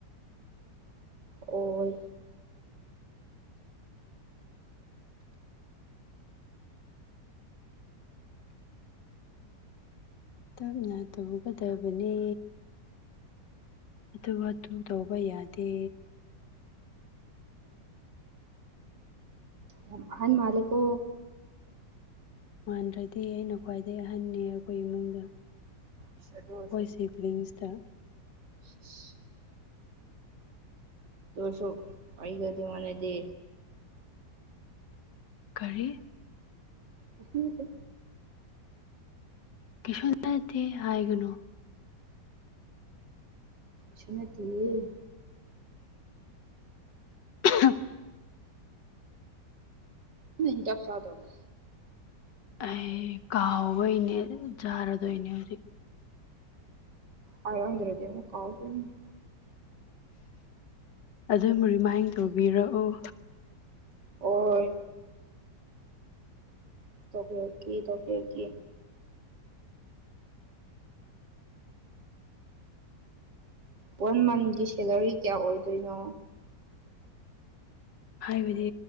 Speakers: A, on the right (about 75°); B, on the left (about 80°).
A: ꯑꯣꯏ
B: ꯇꯞꯅ ꯇꯧꯕꯤꯒꯗꯕꯅꯦ ꯍꯥꯊꯨ ꯍꯥꯊꯨ ꯇꯧꯕ ꯌꯥꯗꯦ
A: ꯌꯥꯝ ꯑꯍꯟ ꯃꯥꯜꯂꯦꯀꯣ
B: ꯃꯥꯟꯗ꯭ꯔꯗꯤ ꯑꯩꯅ ꯈ꯭ꯋꯥꯏꯗꯩ ꯑꯍꯟꯅꯦ ꯑꯩꯈꯣꯏ ꯏꯃꯨꯡꯗ
A: ꯏꯁ ꯑꯗꯨ
B: ꯑꯩꯈꯣꯏ
A: ꯑꯣꯏꯁꯨ
B: ꯁꯤꯕ꯭ꯂꯤꯡꯁꯇ
A: ꯏꯁꯏꯁ ꯑꯗꯨ ꯑꯣꯏꯁꯨ ꯑꯩꯒ ꯑꯗꯨ ꯃꯥꯅꯗꯦ
B: ꯀꯔꯤ
A: ꯀꯩꯁꯨ ꯅꯠꯇꯦ
B: ꯀꯩꯁꯨ ꯅꯠꯇꯦ ꯍꯥꯏꯒꯅꯨ
A: ꯀꯩꯁꯨ ꯅꯠꯇꯤꯌꯦ
B: <unintelligible>
A: ꯅꯪ ꯍꯤꯗꯥꯛ ꯆꯥꯗꯕ꯭ꯔꯣ
B: ꯑꯩ ꯀꯥꯎꯕꯩꯅꯦ ꯆꯥꯔꯗꯣꯏꯅꯦ ꯍꯧꯖꯤꯛ
A: ꯍꯥꯏꯔꯝꯗ꯭ꯔꯗꯤ ꯑꯃꯨꯛ ꯀꯥꯎꯗꯣꯏꯅꯤꯗꯣ
B: ꯑꯗꯨꯝ ꯔꯤꯃꯥꯏꯟ ꯇꯧꯕꯤꯔꯛꯑꯣ
A: ꯑꯣꯏ ꯇꯧꯕꯤꯔꯛꯀꯦ ꯇꯧꯕꯤꯔꯛꯀꯦ ꯋꯥꯟ ꯃꯟꯒꯤ ꯁꯦꯂꯔꯤ ꯀꯌꯥ ꯑꯣꯏꯗꯣꯏꯅꯣ
B: ꯍꯥꯏꯕꯗꯤ